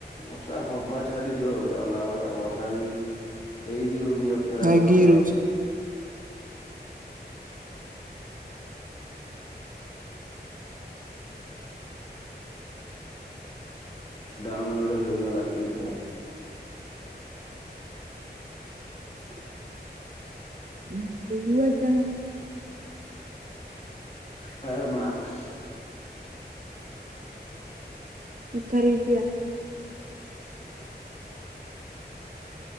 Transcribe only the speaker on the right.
ଲାଗି
ରହୁଛି।
ହଁ <unintelligible>
<unintelligible> ଦିଆ